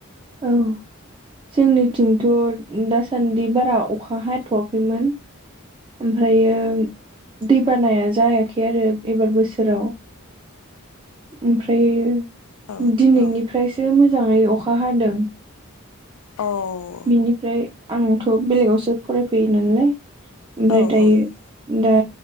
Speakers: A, on the right; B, on the left.
A: औ। जोंनिथिंथ' दासान्दि बारा अखा हाथ'वाखैमोन। ओमफ्रायो दै बानाया जायाखै आरो एबार बोसोराव। ओमफ्रायो
B: औ
A: दिनैनिफ्रायसो
B: औ
A: मोजाङै अखा हादों।
B: अह।
A: बिनिफ्राय आंथ' बेलेगावसो फरायफैयो नालाय ओमफ्राय
B: औ
A: दायो
B: उम
A: दा